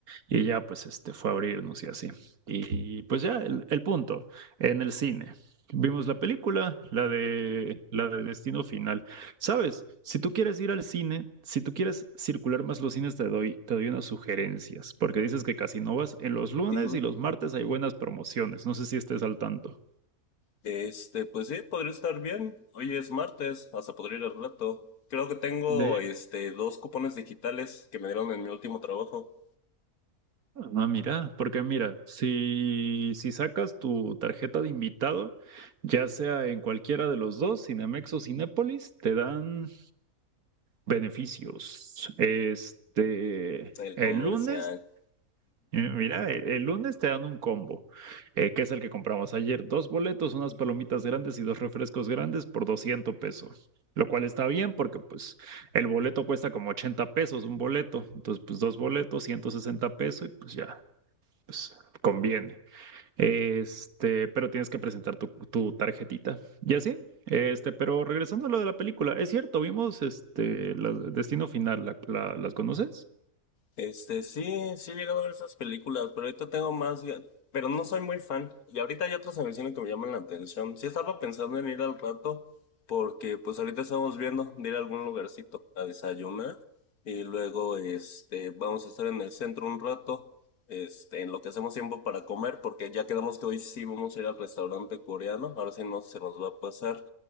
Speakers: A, on the right; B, on the left.
A: Y ya pues este fue a abrirnos y así. Y, pues ya, el, el punto, en el cine. Vimos la película, la de la de Destino Final. ¿Sabes? Si tú quieres ir al cine, si tú quieres circular más los cines, te doy, te doy unas sugerencias, porque dices que casi no vas. En los lunes
B: Ujú.
A: y los martes hay buenas promociones. No sé si estés al tanto.
B: Este, pues sí, podría estar bien. Hoy es martes, hasta podría ir al rato. Creo que tengo,
A: De,
B: este, dos cupones digitales que me dieron en mi último trabajo.
A: ah, mira, porque mira, si, si sacas tu tarjeta de invitado, ya sea en cualquiera de los dos, Cinemex o Cinépolis, te dan beneficios. Este,
B: El
A: el
B: comercial.
A: lunes Eh, Mira, el, el lunes te dan un combo, eh, que es el que compramos ayer. Dos boletos, unas
B: Ujú.
A: palomitas grandes y dos refrescos grandes por 200 pesos. Lo cual está bien porque pues el boleto cuesta como 80 pesos un boleto. Entonces pues dos boletos, 160 pesos y pues ya, pues conviene. Este, pero tienes que presentar tu, tu tarjetita. Y así, este, pero regresando a lo de la película, es cierto, vimos este, la- Destino Final, la, la- ¿las conoces?
B: Este, sí, sí he llegado a ver esas películas, pero ahorita tengo más, ga- pero no soy muy fan. Y ahorita hay otras en el cine que me llaman la atención. Sí estaba pensando en ir al rato, porque pues ahorita estamos viendo de ir a algún lugarcito a desayunar. Y luego, este, vamos a estar en el centro un rato, este, en lo que hacemos tiempo para comer, porque ya quedamos que hoy sí vamos a ir al restaurante coreano. Ahora sí no se nos va a pasar.